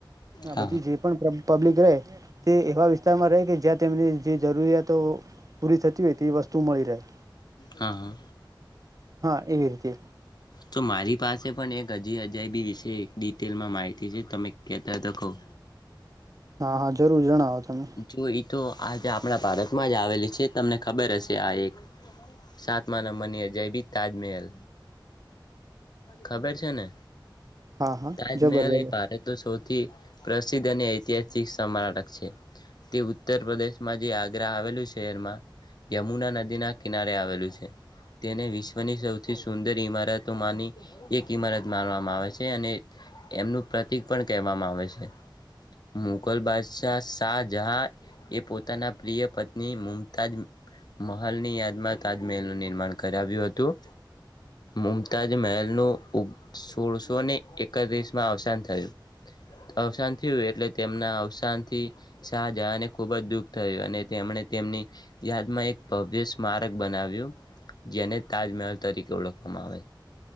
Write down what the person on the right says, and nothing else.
આ
બધી
જે પણ પ્રો પબ્લિક રેય તે એવા વિસ્તારમાં રેય કે જ્યાં તેમને જે જરૂરીયા તો પૂરી થતી હોય તે વસ્તુ મળી રેય
હા એવી રીતે
હા હા જરૂર જણાવો તમે
હા હા
જબર જબર